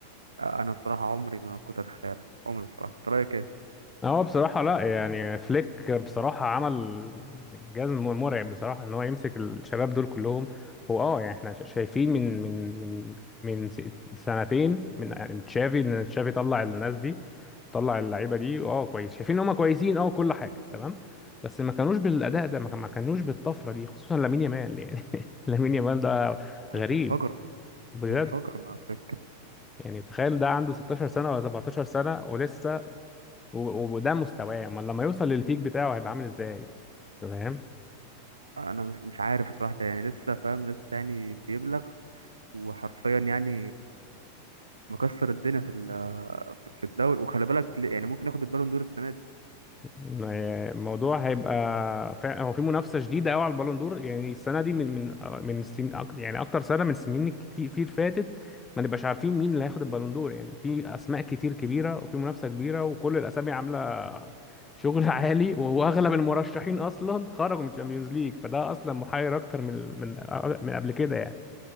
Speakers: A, on the right (about 75°); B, on the left (about 15°).
A: آه، انا بصراحة عمري ما كنت اتخيل عمري بصراحة انت رايك ايه
B: هو بصراحة لا يعني فليك بصراحة عمل جزم مرعب بصراحة ان هو يمسك الشباب دول كلهم هو اه يعني احنا شايفين من من من من س- سنتين من تشافي ان تشافي طلع الناس دي طلع اللعيبة دي اه كويس شايفين ان هم كويسين اه كل حاجة تمام بس ما كانوش بالأداء ده ما كان- ما كانوش بالطفرة دي خصوصا لامين يامال يعني <laughs> لامين يامال ده غريب
A: انفجر
B: بجد
A: انفجر مع الفكرة
B: يعني تخيل ده عنده 16 سنة ولا 17 سنة ولسه و- وده مستواه امال لما يوصل للبيك بتاعه هيبقى عامل ازاي أنت فاهم
A: انا مش مش عارف بصراحة ده يعني لسه فاهم لسه يعني بيبلغ وحرفيا يعني مكسر الدنيا في ال- في الدوري وخلي بالك ل- يعني ممكن ياخد البالون دور السنة دي
B: الموضوع هيبقى فعلا هو في منافسه شديده قوي على البالون دور يعني السنه دي من من من السن أك- يعني اكتر سنه من السنين كتير في فاتت ما نبقاش عارفين مين اللي هياخد البالون دور يعني في اسماء كتير كبيره وفي منافسه كبيره وكل الاسامي عامله شغل <laughs> عالي واغلب المرشحين اصلا خرجوا من الشامبيونز ليج فده اصلا محير اكتر من من من قبل كده يعني